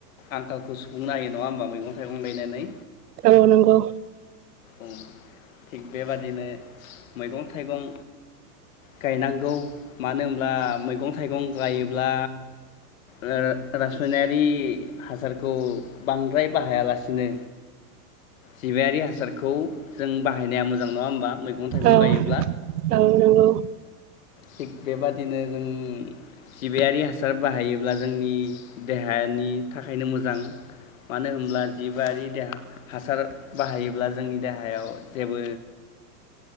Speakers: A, on the left; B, on the right.
A: आंखालखौ सुफुंनो हायो नङा होमबा मैगं थायगं गायनानै।
B: औ नंगौ
A: औ थिग बेबादिनो मैगं थायगं गायनांगौ मानो होनब्ला मैगं थायगं गायोब्ला रा रासायनारि हासारखौ बांद्राय बाहायालासिनो जिबायारि हासारखौ जों बाहायनाया मोजां नङा होमबा मैगं थायगं
B: औ
A: गायोब्ला।
B: औ नंगौ
A: थिग बेबादिनो जों जिबयारि हासार बाहायोब्ला जोंनि देहानि थाखायनो मोजां मानो होनब्ला जिबयारि हासार बाहायोब्ला जोंनि देहायाव जेबो